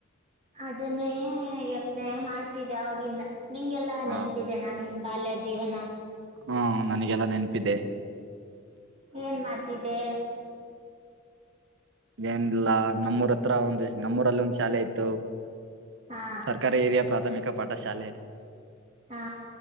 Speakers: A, on the right (about 30°); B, on the right (about 65°).
A: ಅದನ್ನೇ ಯೋಚನೆ ಮಾಡ್ತಿದ್ದೆ ಅವಾಗಿಂದ ನಿಂಗೆಲ್ಲಾ
B: ಹಾ
A: ನೆನ್ಪ ದೆ ನಾನ್ ನಿಂಗನ್ ಬಾಲ್ಯ ಜೀವನ
B: ಹಾ ನನಗೆಲ್ಲ ನೆನಪಿದ್ದೆ
A: ಏನ್ ಮಾಡ್ತಿದ್ದೆ
B: ಏನ್ಿಲ್ಲಾ ನಮ್ಮೂರ್ ಹತ್ರ ಒಂದ್ ನಮ್ಮೂರಲ್ಲಿ ಒಂದ್ ಶಾಲೆ ಇತ್ತು
A: ಹಾ
B: ಸರ್ಕಾರಿ ಹಿರಿಯಾ ಪ್ರಾಥಮಿಕ ಪಾಠಶಾಲೆ
A: ಹಾ